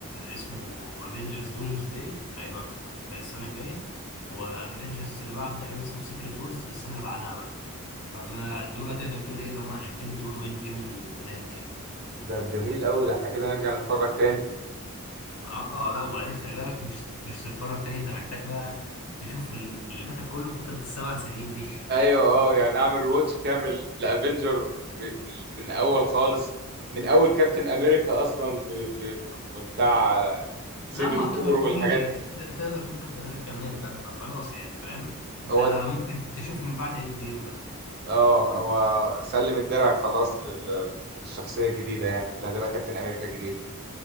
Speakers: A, on the left; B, on the right.
A: اسمه افنجرز دومز داي هيبقى في السنة الجاية وافنجرز اللي بعده تقريبا اسمه سيكريت وورز السنة اللي بعدها بقى فدول دول تقدر تقول ايه اللي هم انفينيتي وور واند جيم الجداد يعني
B: ده جميل قوي ده احنا كده نرجع نتفرج تاني
A: اه لا وبعدين خلي بالك مش مش تتفرج تاني انت محتاج بقى تشوف ال- اللي فاتك كله في فترة السبع سنين دي
B: ايوه اه يعني اعمل ريواتش كامل لافنجر ب- ب- من اول خالص من اول كابتن امريكا اصلا في في, في في بتاع
A: <laughs>
B: سيفل
A: لما
B: وور
A: هتقدر تقول
B: والحاجات دي
A: تقدر تقول كابتن امريكا مات بقى فخلاص يعني فاهم انت
B: هو
A: ممكن تشوف من بعد اند جيم بقى
B: اه هو سلم الدرع خلاص لل- للشخصيه الجديده يعني اللي هتبقى كابتن امريكا الجديد